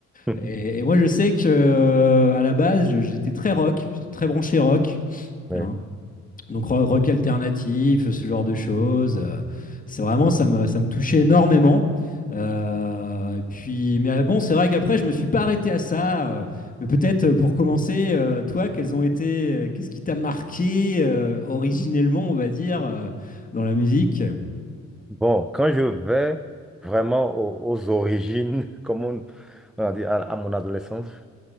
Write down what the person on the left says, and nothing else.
Et, et moi, je sais que euh, à la base, je- j'étais très rock, j'étais très branché rock.
hein. Donc ro- rock alternatif, ce genre de choses. euh, c'est vraiment, ça me, ça me touchait énormément. Euh, et puis, mais euh, bon, c'est vrai qu'après, je me suis pas arrêté à ça. euh, mais peut-être euh, pour commencer, euh, toi, quels ont été, euh, qu'est-ce qui t'a marqué euh, originellement, on va dire, euh, dans la musique?